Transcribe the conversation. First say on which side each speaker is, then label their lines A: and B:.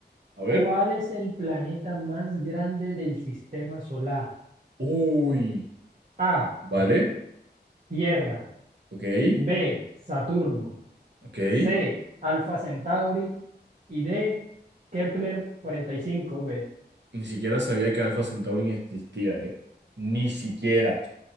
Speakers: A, on the right; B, on the right.
A: A ver.
B: ¿cuál es el planeta más grande del sistema solar?
A: Uy.
B: A,
A: Vale.
B: Tierra,
A: Ok.
B: B, Saturno,
A: Ok.
B: C, Alfa Centauri y D, Kepler 45b.
A: Ni siquiera sabía que Alpha Centauri existía, ¿eh? Ni siquiera.